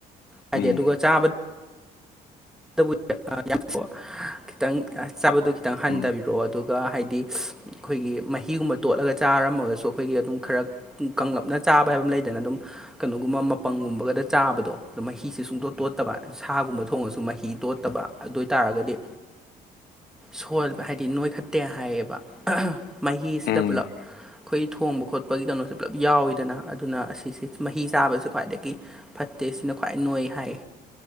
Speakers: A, in the centre; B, on the left.
A: ꯍꯥꯏꯗꯤꯦ
B: ꯎꯝ
A: ꯑꯗꯨꯒ ꯆꯥ ꯕꯨ ꯌꯥꯝ ꯈꯤꯇꯪ ꯆꯥꯕꯗꯨ ꯈꯤꯇꯪ ꯍꯟꯊꯕꯤꯔꯛꯑꯣ
B: ꯎꯝ
A: ꯑꯗꯨꯒ ꯍꯥꯏꯗꯤ ꯑꯩꯈꯣꯏꯒꯤ ꯃꯍꯤꯒꯨꯝꯕ ꯇꯣꯠꯂꯒ ꯆꯥꯔꯝꯃꯒꯁꯨ ꯑꯩꯈꯣꯏꯒꯤ ꯑꯗꯨꯝ ꯈꯔ ꯀꯪꯂꯞꯅ ꯆꯥꯕ ꯍꯥꯏꯕ ꯑꯃ ꯂꯩꯗꯅ ꯑꯗꯨꯝ ꯀꯩꯅꯣꯒꯨꯝꯕ ꯃꯄꯪꯒꯨꯝꯕꯒꯗ ꯆꯥꯕꯗꯣ ꯑ ꯃꯍꯤꯁꯦ ꯁꯨꯡꯇꯣ ꯇꯣꯠꯇꯕ ꯁꯥꯒꯨꯝꯕ ꯊꯣꯡꯉꯁꯨ ꯁꯨ ꯃꯍꯤ ꯇꯣꯠꯇꯕ ꯑꯗꯨ ꯑꯣꯏꯇꯥꯔꯒꯗꯤ ꯁꯕ ꯍꯥꯏꯕꯗꯤ ꯅꯣꯏꯈꯠꯇꯦ ꯍꯥꯏꯌꯦꯕ ꯃꯍꯤꯁꯤꯗ
B: ꯎꯝ
A: ꯄꯨꯂꯞ ꯑꯩꯈꯣꯏ ꯊꯣꯡꯕ ꯈꯣꯠꯄꯒꯤ ꯀꯩꯅꯣꯁꯦ ꯄꯨꯂꯞ ꯌꯥꯎꯋꯤꯗꯅ ꯑꯗꯨ ꯑꯗꯨꯅ ꯑꯁꯤꯁ ꯃꯍꯤ ꯆꯥꯕꯕꯁꯤ ꯈ꯭ꯋꯥꯏꯗꯒꯤ ꯐꯠꯇꯦ ꯁꯤꯅ ꯈ꯭ꯋꯥꯏ ꯅꯣꯏ ꯍꯥꯏ